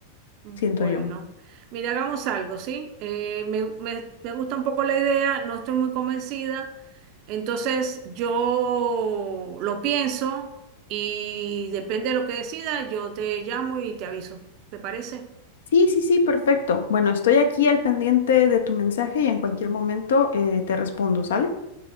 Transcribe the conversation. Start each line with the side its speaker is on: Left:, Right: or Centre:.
Right: Bueno,
Left: siento yo.
Right: mira, hagamos algo, ¿sí? Eh, me, me- me gusta un poco la idea, no estoy muy convencida, entonces yo lo pienso y depende de lo que decida, yo te llamo y te aviso. ¿Te parece?
Left: Sí, sí, sí, perfecto. Bueno, estoy aquí al pendiente de tu mensaje y en cualquier momento eh, te respondo, ¿sale?